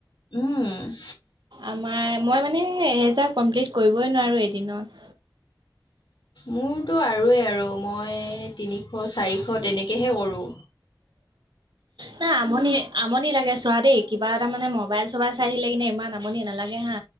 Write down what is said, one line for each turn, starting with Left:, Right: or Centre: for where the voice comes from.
Left: উম'।
Right: আমাৰ মই মানে এহেজাৰ কমপ্লিট কৰিবই নোৱাৰোঁ এদিনত।
Left: মোৰতো আৰুৱেই আৰু মই তিনিশ চাৰিশ তেনেকেহে কৰো।
Right: নাই আমনি আমনি লাগে চোৱা দেই কিবা এটা মানে মবাইল চবাইল চাই থাকিলে কিনে ইমান আমনি নালাগে হা